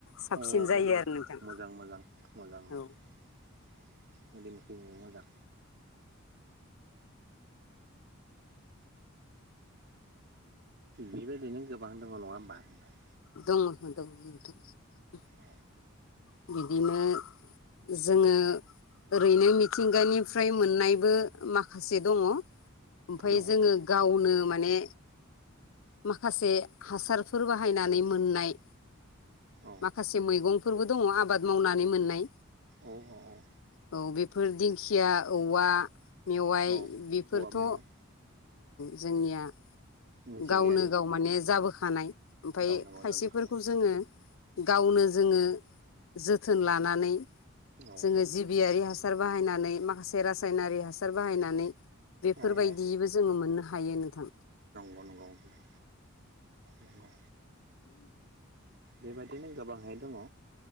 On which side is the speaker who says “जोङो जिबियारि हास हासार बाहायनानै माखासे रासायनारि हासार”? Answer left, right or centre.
Left